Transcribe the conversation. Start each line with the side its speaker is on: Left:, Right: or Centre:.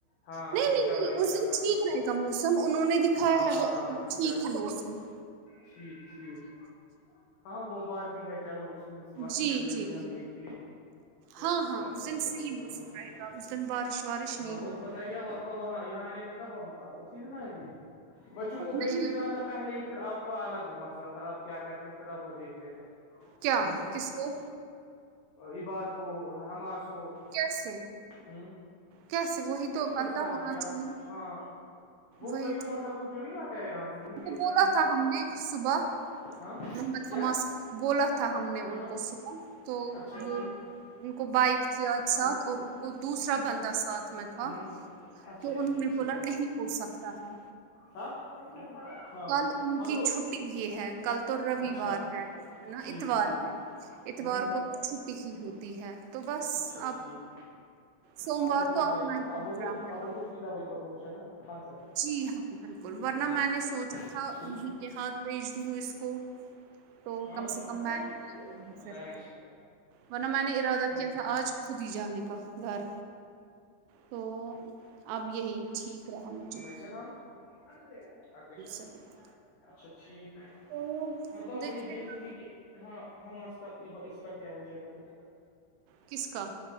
Left: ہاں
Right: نہیں
Left: انشاء
Right: نہیں
Left: اللہ انشاء
Right: اس دن
Left: اللہ
Right: ٹھیک رہے گا موسم انہوں نے دکھایا
Left: ہاں
Right: ہے سب
Left: اچھا
Right: ٹھیک ہلو <unintelligible>
Left: ٹھیک ٹھیک ہاں وہ بات بھی ہے چلو اس اس مت سلسلے
Right: جی جی
Left: بھی ہم دیک ہی لیں گے کہ
Right: ہاں ہاں
Left: کیا
Right: اس
Left: کیا
Right: دن
Left: ہو
Right: صحیح
Left: جائے
Right: موسم
Left: گا وہ وہاں
Right: رہے
Left: سے
Right: گا اس دن بارش وارش
Left: ہاں
Right: نہیں ہوگی
Left: اور بتا آپ کا وہاں یہاں آنے کا کب اسی دن آ گیا بچوں کو بھیج
Right: نہیں
Left: دی دا تھا پہلے ہی پھر آپ کا الگ وہ مسئلہ تھا آپ کیا کرتے پھر آپ وہ دیکھ لیتے
Right: کیا
Left: ہ
Right: کس کو
Left: عباد کو حماس کو
Right: کیسے
Left: ہوں
Right: کیسے وہی
Left: کسی
Right: تو
Left: کے
Right: بندہ
Left: ساتھ
Right: ہونا
Left: بھی
Right: چاہیے
Left: اب ہاں وہ
Right: وہی
Left: کئی ہ
Right: تو
Left: مکل وہ جو نہیں آتا ہے یہاں سے ان کے
Right: کو
Left: ساتھ
Right: بولا
Left: بھیجنا
Right: تھا ہم نے صبح
Left: ہاں
Right: رحمت
Left: کیا
Right: حماس کو بولا تھا تھا ہم نے
Left: ہاں
Right: ان کو سک تو
Left: اچھا
Right: وہ
Left: ٹھیک
Right: ان کو بائک تھی آج
Left: ٹھیک
Right: ساتھ اور ان کو دوسرا
Left: اچھا
Right: بندہ ساتھ میں تو
Left: ہ اچھا
Right: انہوں
Left: ٹھیک
Right: نے
Left: ٹھیک
Right: بولا نہیں پوچھ سکتا ہے
Left: ہاں ہاں
Right: کل ان
Left: ہاں
Right: کی
Left: تو
Right: چھ یہ ہے کل تو رووار
Left: اچھا
Right: ہے ہے نا
Left: ٹھیک
Right: اتوار
Left: ٹھیک
Right: ہے اتوار
Left: ہ
Right: کو چھپی ہی ہوتی ہے تو بس
Left: اچھا
Right: اب
Left: ٹھیک
Right: سوموار
Left: ہاں وہ تو
Right: اپنا
Left: ہے ہی پھر
Right: پروگرام
Left: ابو تو
Right: ہے
Left: ابو
Right: اب
Left: تو چ بل پر پہنچا پان سال
Right: جی ہاں بالکل
Left: ہوں
Right: ورنہ میں نے سوچا تھا
Left: ٹھیک
Right: انہیں کے ہاتھ بھیج دوں اس کو تو
Left: ہاں
Right: کم
Left: ہاں
Right: سے کم میںوں
Left: بینڈ
Right: گی پھر
Left: شیٹ
Right: ورنہ میں نے ارادہ
Left: ہ ہ
Right: کیا تھا آج خود ہی جانے کا گھر تو اب یہی ٹھیک رہا م
Left: گ تھ اکو شا
Right: صحیح
Left: اچھا ٹھیک
Right: تو
Left: ہاں تو اب
Right: دیکھتے
Left: وہی دیکھیں
Right: ہیں
Left: گے کہ ہاں ہما اس کا اس کا کیا ہو جائے گا پھر
Right: کس کا